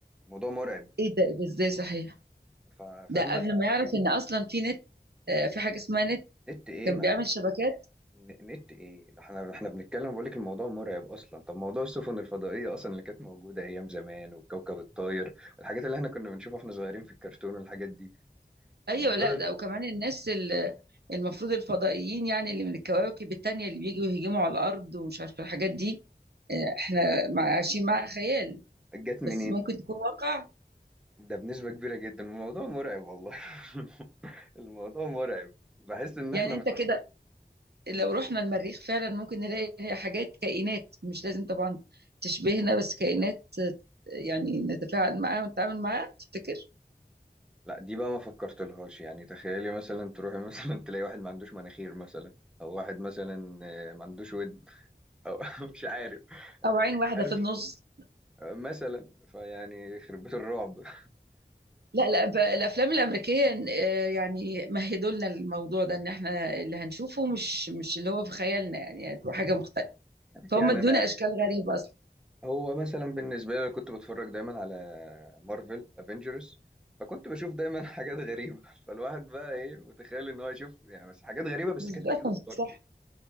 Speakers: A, in the centre; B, on the right (about 75°).
A: الموضوع مرعب
B: ايه ده إيه ده ازاي صحيح
A: فا- فاهمه
B: ده قبل ما يعرف ان اصلا في نت آه، في حاجه اسمها نت
A: نت ايه
B: كان
A: ما...
B: بيعمل شبكات
A: ن- نت ايه ده احنا احنا بنتكلم بقول لك الموضوع مرعب اصلا طب موضوع السفن الفضائيه اصلا اللي كانت موجوده ايام زمان والكوكب الطاير والحاجات اللي احنا كنا بنشوفها واحنا صغيرين في الكرتون والحاجات دي
B: ايوه
A: الموضوع
B: لا
A: ده
B: ده وكمان الناس ال- المفروض الفضائيين يعني اللي من الكواكب التانية اللي بيجوا يهجموا على الارض ومش عارفه الحاجات دي آه، احنا مع- عايشين مع خيال
A: جت منين
B: بس ممكن تكون واقع
A: ده بنسبة كبيرة جدا الموضوع مرعب والله <laughs> الموضوع مرعب بحس ان
B: يعني
A: احنا
B: انت
A: مت...
B: كده
A: مم.
B: لو رحنا المريخ فعلا ممكن نلاقي حاجات كائنات مش لازم طبعا تشبهنا بس كائنات آه، يعني نتفاعل معاها ونتعامل معاها تفتكر
A: لا دي بقى ما فكرت لهاش يعني تخيلي مثلا تروحي مثلا <laughs> تلاقي واحد ما عندوش مناخير مثلا او واحد مثلا آه، ما عندوش ود او <laughs> مش عارف
B: او عين واحده
A: مش عارف
B: في النص
A: آه، مثلا فيعني يخرب بيت الرعب <laughs>
B: لا لا ب- الافلام الامريكيه إن- آه، يعني مهدوا لنا الموضوع ده ان احنا اللي هنشوفه مش مش اللي هو في خيالنا يعني هتبقى حاجه مختلفه فهم
A: يعني
B: ادونا اشكال غريبه اصلا
A: هو مثلا بالنسبة لي كنت بتفرج دايما على مارفل افنجرز فكنت بشوف دايما <laughs> حاجات غريبة فالواحد بقى ايه متخيل ان هو يشوف يعني بس حاجات غريبة بس
B: بالظبط
A: كانت كيوت برضه
B: صح